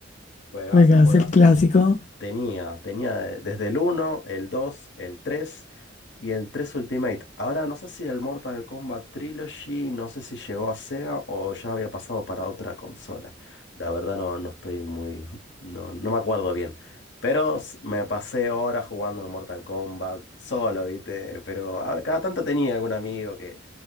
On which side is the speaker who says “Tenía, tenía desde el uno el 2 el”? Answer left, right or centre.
Left